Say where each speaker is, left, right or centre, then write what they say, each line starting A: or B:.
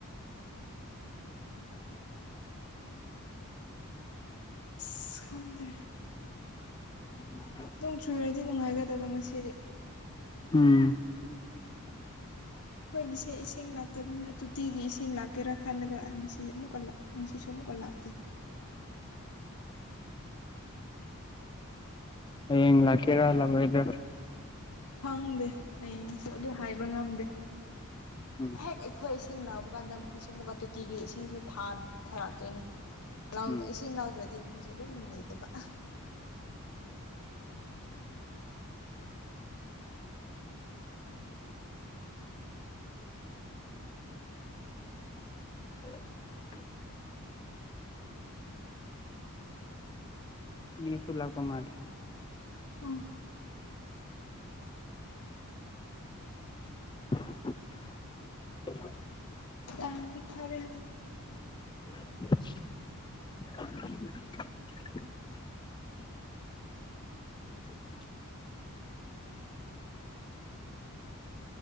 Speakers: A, on the left (about 85°); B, on the left (about 20°).
A: ꯑꯁ ꯈꯪꯗ꯭ꯔꯦ꯫
B: <inaudible>
A: ꯅꯣꯡ ꯆꯨꯔꯗꯤ ꯅꯨꯡꯉꯥꯏꯒꯗꯕ ꯉꯁꯤꯗꯤ꯫
B: ꯎꯝ꯫
A: ꯑꯩꯈꯣꯏꯒꯤꯁꯦ ꯏꯁꯤꯡ ꯂꯥꯛꯇꯕꯅꯤꯅ ꯇꯣꯇꯤꯒꯤ ꯏꯁꯤꯡ ꯂꯥꯛꯀꯦꯔꯥ ꯈꯥꯟꯂ ꯉꯁꯤ ꯑꯃꯨꯛꯀ ꯂꯥꯛ ꯉꯁꯤꯁꯨ ꯑꯃꯨꯛꯀ ꯂꯥꯛꯇꯦ꯫
B: ꯍꯌꯦꯡ ꯂꯥꯛꯀꯦꯔꯥ ꯂꯥꯛꯑꯣꯏꯗ꯭ꯔ
A: ꯈꯪꯗꯦ ꯍꯌꯦꯡꯁꯨ ꯑꯗꯨ ꯍꯥꯏꯕ ꯉꯝꯗꯦ
B: ꯎꯝ
A: ꯑꯩꯈꯣꯏ ꯏꯁꯤꯡ ꯂꯛꯄ ꯀꯥꯟꯗ ꯃꯈꯣꯏꯁꯨ ꯑꯃꯨꯛꯀ ꯇꯣꯇꯤꯒꯤ ꯏꯁꯤꯡꯁꯨ ꯊꯥꯔꯛꯇꯣꯏꯅꯤ꯫ ꯥ
B: ꯎꯝ
A: ꯏꯁꯤꯡ ꯂꯧꯗ꯭ꯔꯗꯤ ꯃꯣꯏꯁꯨ ꯑꯗꯨꯝ ꯂꯩꯇꯕ꯫
B: <inaudible> ꯏꯅꯦꯁꯨ ꯂꯥꯛꯄ ꯃꯥꯜꯂꯦ꯫
A: ꯑꯣ
B: <inaudible>
A: ꯂꯥꯛꯑꯗꯤ ꯐꯔꯦ
B: <inaudible> <inaudible>